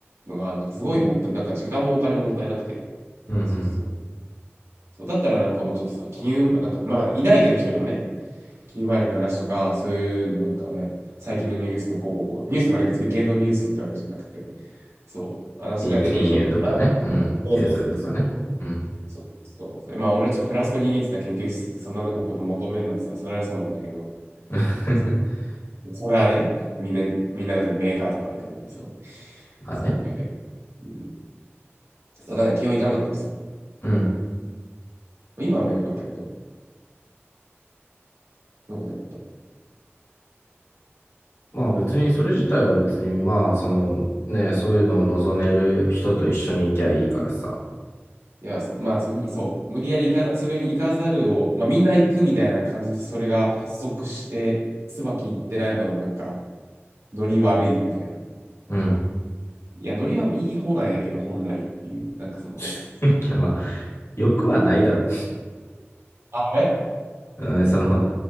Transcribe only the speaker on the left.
うん、うん。
金、金融とかね、うん、
経済とかね。うん。
<laughs>
まあね。
うん。
まあ別にそれ自体は別にまあそのね、そういうのを望める人と一緒に行きゃいいからさ。
うん。
<laughs> いやまあ、よくはないだろ
う。うん、その